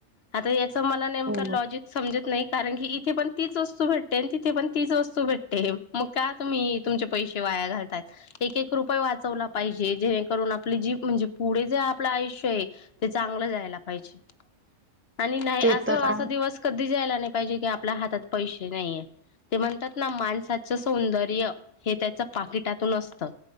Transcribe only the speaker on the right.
हो
<unintelligible>
ते
तर आहे.